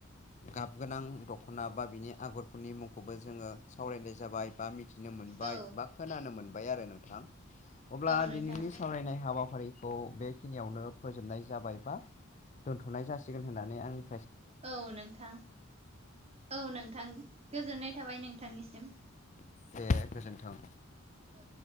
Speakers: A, on the left; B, on the right.
A: गाब गोनां दखना बा बिनि आगरफोरनि मुंखौबो जोङो सावरायनाय जाबाय बा मिथि मिथिनो मोनबाय
B: औ
A: बा खोनानो मोनबाय आरो नोंथां अब्ला
B: औ नोंथां
A: दिनैनि सावरायनाय हाबाफारिखौ खौ बेखिनियावनो फोजोबनाय जाबाय बा दोन्थनाय जासिगोन होननानै आंनि
B: औ नोंथां औ नोंथां गोजोननाय थाबाय नोंथांनिसिम
A: दे गोजोन्थों
B: ओ